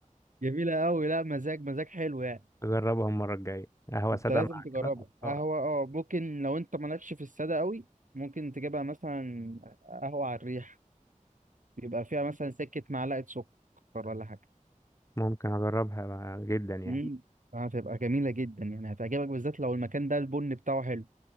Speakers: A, on the right; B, on the left.
A: جميله قوي لا مزاج مزاج حلو يعني
B: اجربها المره الجايه قهوه
A: انت
B: ساده
A: لازم
B: مع
A: تجربها
B: كده
A: قهوه
B: آه.
A: اه ممكن لو انت مالكش في الساده قوي ممكن تجيبها مثلا قهوه على الريح بيبقى فيها مثلا سكه معلقه سكر ولا حاجه
B: ممكن اجربها جدا يعني
A: امم هتبقى جميله جدا يعني هتعجبك بالذات لو المكان ده البن بتاعه حلو